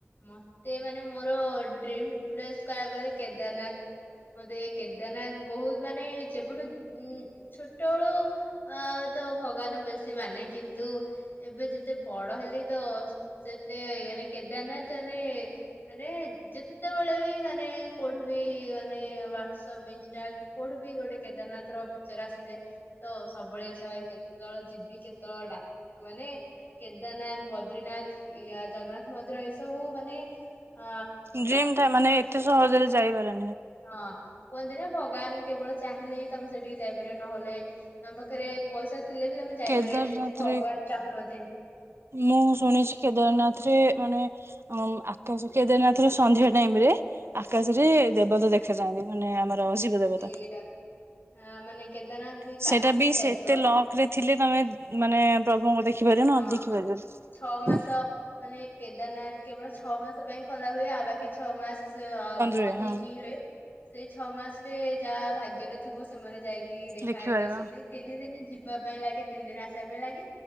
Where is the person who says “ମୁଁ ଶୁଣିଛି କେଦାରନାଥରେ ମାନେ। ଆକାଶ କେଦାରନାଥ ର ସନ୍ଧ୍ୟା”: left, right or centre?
Right